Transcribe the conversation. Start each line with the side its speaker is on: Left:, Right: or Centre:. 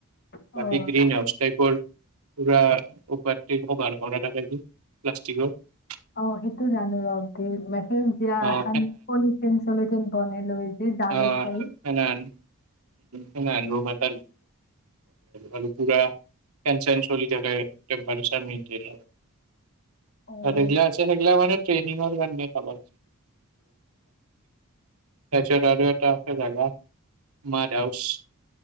Left: অ',
Right: বাকী গ্ৰী ন অষ্টাইপৰ পৰা উপাপ্তি ক ভাৰ কৰা ৰাখ প্লষ্টিকৰ ।
Left: অ সেইটো জানো বাও সেইজীয়া
Right: আহ
Left: পলিথিন চলিথিন বনাই লৈ যে জালত
Right: অহ‌
Left: টাইপ
Right: সেনাহান হেনাহান ৰোম এটাত আৰু পোৰা চেন চলি থাকে তেম্পৰেচাৰ মেইনতেন
Left: অ',
Right: ৰেগলা আছে ন ৰেগলা মানে ট্ৰেইনিং ৰ ইমান মোক কামত তাৰছত আৰু এটা জাগা মাদ হাওচ